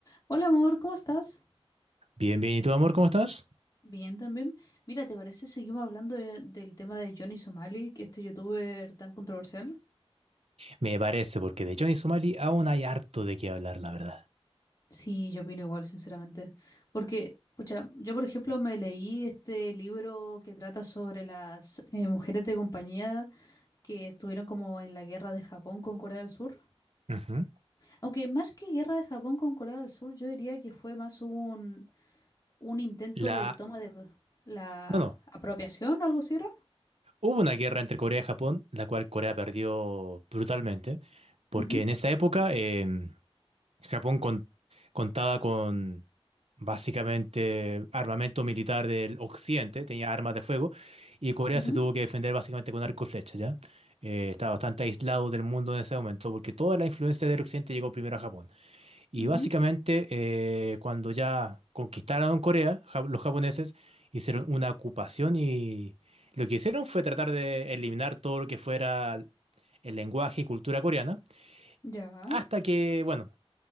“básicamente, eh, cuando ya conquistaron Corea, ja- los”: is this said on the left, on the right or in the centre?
Right